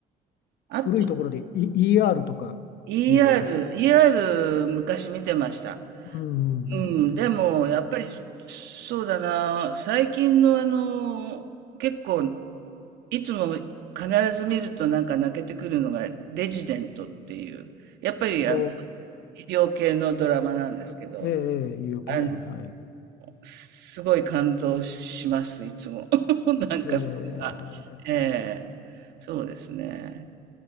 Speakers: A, on the right; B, on the left.
A: あと、
B: 古いところで、e、ER とか見られました。
A: ER、ER 昔見てました。
B: うんうんうん。
A: うん、でも、やっぱり、そうだな、最近のあの、結構、いつも必ず見るとなんか泣けてくるのが、レジデントっていう、やっぱりあの、
B: ほう。
A: 医療系のドラマなんですけど、
B: ええ、ええ、言い訳ね。
A: あの、
B: はい。
A: すごい感動します、いつも。<laughs> なんかそれが、
B: ええ、
A: ええそうですね。